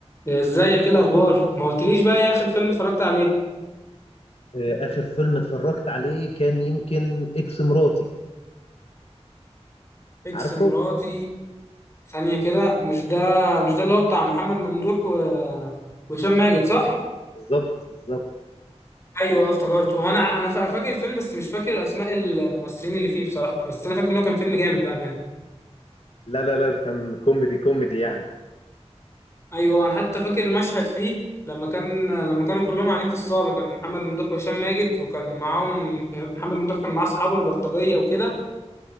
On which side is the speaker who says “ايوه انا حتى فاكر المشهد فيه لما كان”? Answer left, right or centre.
Left